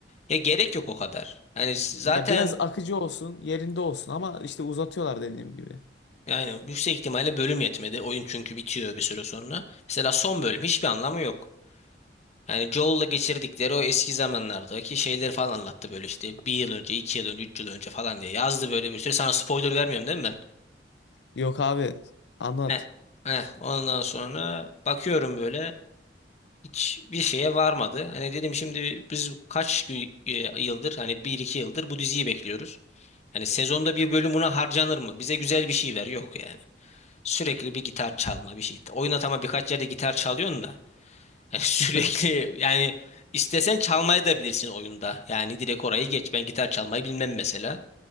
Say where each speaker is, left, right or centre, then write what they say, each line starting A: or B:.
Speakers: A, on the left (about 40°); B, on the left (about 70°).
A: ya gerek yok o kadar. Yani zaten
B: Ya biraz akıcı olsun, yerinde olsun ama işte uzatıyorlar dediğim gibi.
A: yani yüksek ihtimalle bölüm yetmedi. Oyun çünkü bitiyor bir süre sonra. Mesela son bölüm hiçbir anlamı yok. Yani Joel'la geçirdikleri o eski zamanlardaki şeyleri falan anlattı böyle işte bir yıl önce, iki yıl önce, üç yıl önce falan diye yazdı böyle bir sürü. Sana spoiler vermiyorum değil mi
B: Yok abi, anlat.
A: Ne? Heh, ondan sonra bakıyorum böyle hiçbir şeye varmadı. Hani dedim şimdi biz kaç gü- e, yıldır hani bir iki yıldır bu diziyi bekliyoruz. Hani sezonda bir bölüm buna harcanır mı? Bize güzel bir şey ver. Yok yani. Sürekli bir gitar çalma bir şey. Oyuna tamam birkaç yerde gitar çalıyorsun da. hani <laughs> sürekli
B: <laughs> Hı
A: yani istesen çalmayı da bilirsin oyunda. Yani direkt orayı geç. Ben gitar çalmayı bilmem mesela.